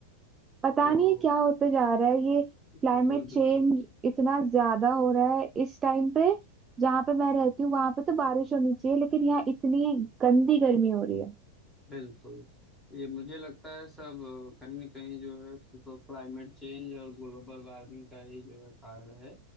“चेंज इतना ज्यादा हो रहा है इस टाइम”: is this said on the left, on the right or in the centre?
Right